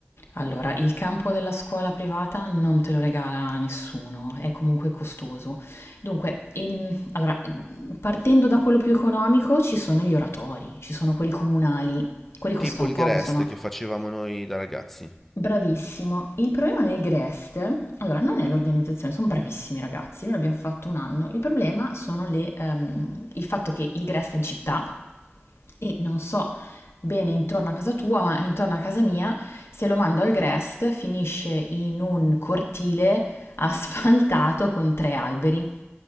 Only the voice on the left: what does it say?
Allora, il campo della scuola privata non te lo regala nessuno, è comunque costoso. Dunque, il- allora, partendo da quello più economico, ci sono gli oratori, ci sono quelli comunali, quelli
costano
poco,
sono
bravissimo. Il problema del Grest, allora, non è l'organizzazione, sono bravissimi i ragazzi, noi l'abbiamo fatto un anno. Il problema sono le, ehm, il fatto che il Grest è in città e non so bene intorno a casa tua, ma intorno a casa mia, se lo mando al Grest finisce in un cortile asfaltato con tre alberi.